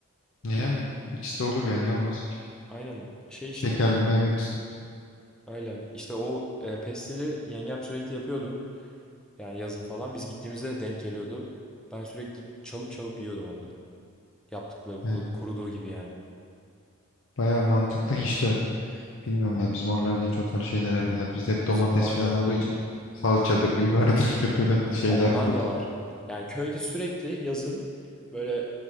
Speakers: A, on the left (about 60°); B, in the centre.
A: Yani ikisi de olur yani olmaz. ki?
B: Aynen şey işte
A: Şekerli meyve ikisi
B: öyle. İşte o e, pestili yengem sürekli yapıyordu. Yani yazın falan biz gittiğimizde de denk geliyordu. Ben sürekli çalıp çalıp yiyordum ondan. Yaptıkları
A: de.
B: kurudu, kuruduğu gibi yani.
A: Baya mantıklı işte. Bilmiyorum ya bizim oralarda hiç o tarz şeyler yapmıyorlar. Bizde hep domates
B: Bizim var
A: falan
B: ya
A: olduğu için salçadır, biberdir <laughs> hep böyle şeyler
B: Onlar
A: kurutun.
B: da var. Yani köyde sürekli yazın böyle